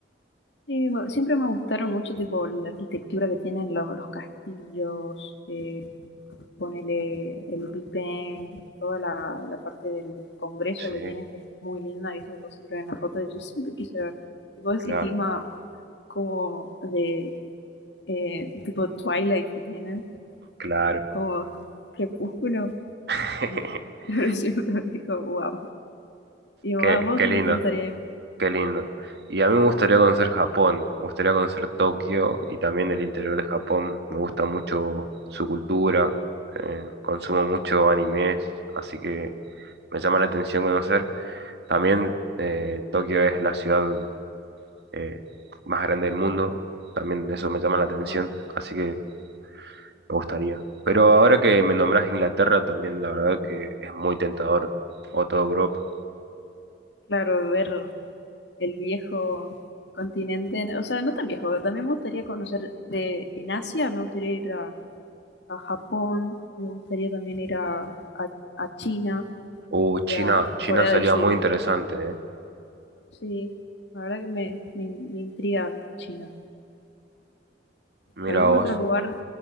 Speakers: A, on the left; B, on the right.
A: Sí, me- siempre me gustaron mucho, tipo, la arquitectura que tienen los, los castillos, eh, ponele el Bipén, toda la, la parte del Congreso
B: Sí,
A: que tienen, que es muy linda, y se siempre en las fotos, yo siempre quise ver, tipo, ese
B: claro,
A: clima como de, eh, tipo, Twilight que tienen,
B: claro.
A: como crepúsculo,
B: <laughs>
A: Mm. <laughs> pero siempre me digo, wow, y digo,
B: Qué,
A: "Ah, ¿vos
B: qué
A: dónde
B: lindo.
A: te gustaría ir?
B: Qué lindo. Y a mí me gustaría conocer Japón, me gustaría conocer Tokio y también el interior de Japón. Me gusta mucho su cultura, eh, consumo mucho animes, así que me llama la atención conocer. También eh, Tokio es la ciudad eh, más grande del mundo, también eso me llama la atención,
A: Wow.
B: así que me gustaría. Pero ahora que me nombras Inglaterra también, la verdad que es muy tentador, o toda Europa.
A: Claro, ver el viejo continente. O sea, no tan viejo, también me gustaría conocer de, en Asia, me gustaría ir a, a Japón, me gustaría también ir a, a, a China
B: Uh,
A: y
B: China,
A: a
B: China
A: Corea
B: sería
A: del Sur.
B: muy interesante, ¿eh?
A: Sí, la verdad que me, me, me intriga China.
B: Mira
A: ¿Algún
B: vos.
A: otro lugar